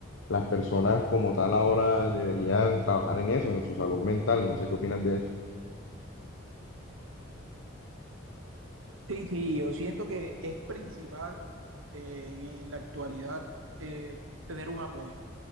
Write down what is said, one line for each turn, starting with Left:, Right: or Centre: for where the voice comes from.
Left: las personas como tal ahora deberían trabajar en eso, en su salud mental. No sé qué opinas de eso.
Right: Sí, sí, yo siento que es principal eh, en, en la actualidad eh, tener un apoyo.